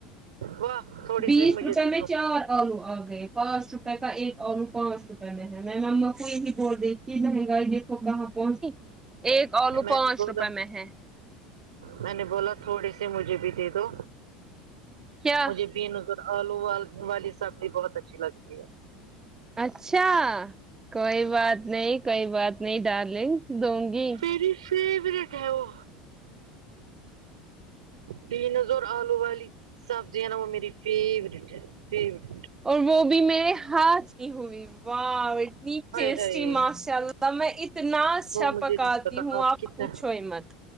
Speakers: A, on the right; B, on the right.
A: واہ تھوڑی
B: بیس
A: سی مجھے
B: روپے
A: دے
B: میں
A: دو
B: چار آلو آ گئے پانچ روپئے کا ایک آلو پانچ روپئے میں ہے میم اما کوئی نہیں بول رہی مہنگائی دیکھو کہاں پہنچی ایک آلو
A: میں
B: پانچ
A: نے بولا
B: روپے میں ہے
A: میں نے بولا تھوڑے سے مجھے بھی دے دو
B: کیا
A: مجھے بھی ن آو والی سب بھی بہت اچھی لگتی ہے
B: اچھا کوئی بات نہیں کوئی بات نہیں ڈارلنگ دوں گی
A: میری فیورٹ ہے وہ
B: <unintelligible>
A: پینز اور آلو والی سبزی ہے نا وہ میری فیوریٹ ہے فیوریٹ
B: اور وہ بھی میرے ہاتھ کی ہوئی واہ اتنی
A: ہائے
B: ٹیسٹی
A: ہائے
B: ماشاء اللہ میں اتنا اچھا
A: وہ مجھے
B: پکاتی
A: نہیں پتا
B: ہوں آپ
A: کتنا
B: پوچھو مت